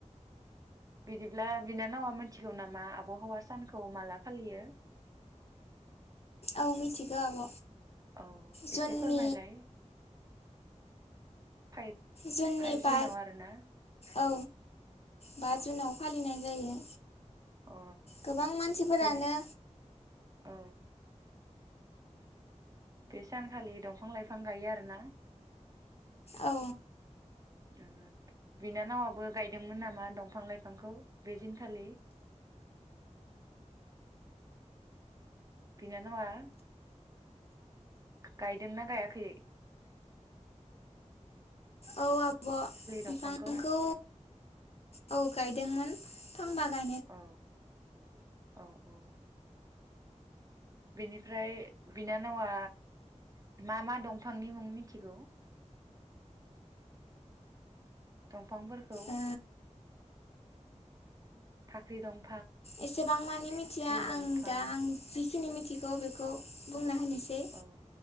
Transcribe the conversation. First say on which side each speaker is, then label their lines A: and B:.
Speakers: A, on the right; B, on the left.
A: बिदिब्ला बिनानावा मिथिगौ नामा आबहावा सानखौ माला फालियो
B: ओं मिथिगौ आब'
A: औ
B: जुननि
A: एसे फोरमायलाय फाइभ
B: जुननि
A: फाइभ
B: बा
A: जुनाव आरोना
B: औ बा
A: औ
B: जुनाव फालिनाय जायो
A: अ
B: गोबां मानसिफोरानो
A: बेनि औ बे सानखालि दंफां लाइफां गायो आरोना
B: औ
A: ओ बिनानावाबो गायदोंमोन नामा दंफां लाइफांखौ बे दिनखालि? बिनानावा गायदोंना गायाखैै?
B: औ आब' बिफांखौ
A: दंफांखौ
B: औ गायदोंमोन फांबा गाय
A: औ औ औ बिनिफ्राय बिनानावा मा मा दंफांनि मुं मिनथिगौ? फांफोरखौ
B: ओ
A: फाख्रि दं
B: एसेबां मानि मिथिया
A: दंफां
B: आं दा आं जिखिनि मिथिग खौ बेखौ बुंना होनोसै
A: औ